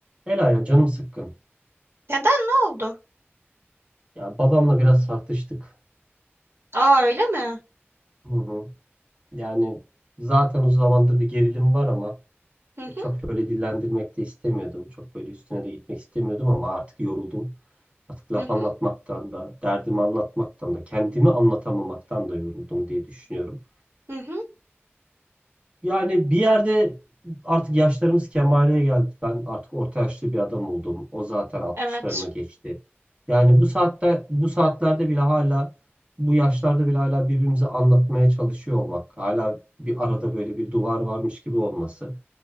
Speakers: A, on the right; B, on the right.
A: Ela ya canım sıkkın.
B: Neden ne oldu?
A: Ya babamla biraz tartıştık.
B: Aa öyle mi?
A: Hı hı. Yani zaten uzun zamandır bir gerilim var ama
B: Hı hı
A: çok böyle dillendirmek de istemiyordum. Çok böyle üstüne de gitmek istemiyordum ama artık yoruldum. Artık laf
B: hı
A: anlatmaktan
B: hı
A: da, derdimi anlatmaktan da, kendimi anlatamamaktan da yoruldum diye düşünüyorum.
B: hı hı
A: Yani bir yerde artık yaşlarımız kemale geldi. Ben artık orta yaşlı bir adam oldum. O zaten 60'larını
B: evet.
A: geçti. Yani bu saatte bu saatlerde bile hala bu yaşlarda bile hala birbirimize anlatmaya çalışıyor olmak. Hala bir arada böyle bir duvar varmış gibi olması.